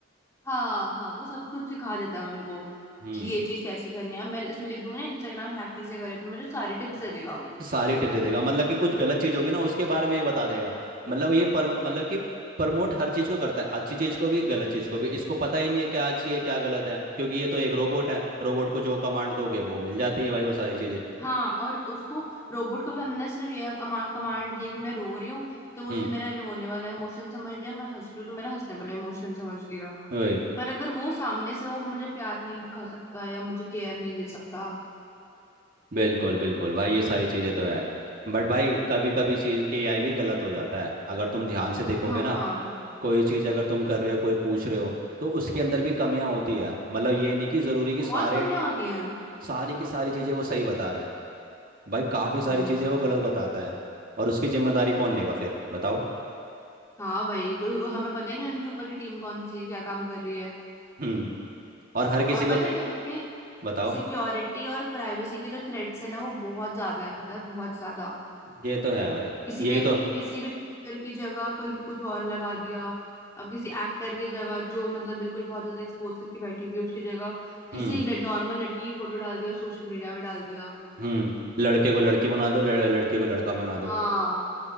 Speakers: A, on the left; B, on the right.
A: हाँ हाँ वो सब कुछ सिखा देता है उनको
B: हम्म
A: कि ये चीज कैसे करनी है अब मैं इसमें लिख दूंगी ना इंस्टाग्राम हैक कैसे करे तो मुझे सारी टिप्स दे देगा वो
B: सारी टिप्स दे देगा मतलब कि कुछ गलत चीज होगी ना उसके बारे में ये बता देगा मतलब ये पर मतलब कि प्रमोट हर चीज को करता है अच्छी चीज को भी गलत चीज को भी इसको पता ही नहीं है क्या अच्छी है क्या गलत है क्योंकि ये तो एक रोबोट है रोबोट को जो कमांड दोगे वो मिल जाती है भाई वो सारी चीजें
A: हाँ और उसको रोबोट को भी हमने सिर्फ ये कमांड दी कि मैं रो रही हूँ तो
B: हम्म
A: उसने मेरा रोने वाला इमोशन समझ लिया मैं हंस रही हूँ तो मेरा हंसने वाला इमोशन समझ लिया
B: वही
A: पर अगर वो सामने से वो मुझे प्यार नहीं दिखा सकता या मुझे केयर नहीं दे सकता
B: बिल्कुल बिल्कुल भाई ये सारी चीजें तो है बट भाई कभी कभी चीज एआई भी गलत हो जाता है अगर तुम ध्यान से देखोगे
A: हाँ
B: ना
A: हाँ
B: कोई चीज अगर तुम कर रहे हो कोई पूछ रहे हो तो उसके अंदर भी कमियां होती है मतलब ये नहीं कि जरूरी कि
A: बहुत
B: सारे
A: कमियां होती हैं
B: सारी की सारी चीजें वो सही बता रहा है भाई काफी सारी
A: हम्म
B: चीजें वो गलत बताता है और उसकी जिम्मेदारी कौन लेगा फिर बताओ
A: हाँ भाई तो हमें पता ही नहीं उनके ऊपर की टीम कौन सी है क्या काम कर रही है
B: हम्म और हर किसी
A: और
B: को
A: पता है क्या इसमें
B: बताओ
A: सिक्योरिटी और प्राइवेसी के जो थ्रेट्स है ना वो बहुत ज्यादा है पता है बहुत ज्यादा
B: ये तो है भाई
A: किसी
B: यही
A: भी
B: तो
A: किसी भी पिक्चर की जगह कहीं कुछ और लगा दिया अब किसी एक्टर की जगह जो मतलब बिल्कुल बहुत ज्यादा एक्सपोज करके बैठी हुई है उसकी जगह किसी
B: हम्म
A: नॉर्मल लड़की की फोटो डाल दिया और सोशल मीडिया पे डाल दिया
B: हम्म लड़के को लड़की बना दो लड़, लड़की को लड़का बना दो
A: हाँ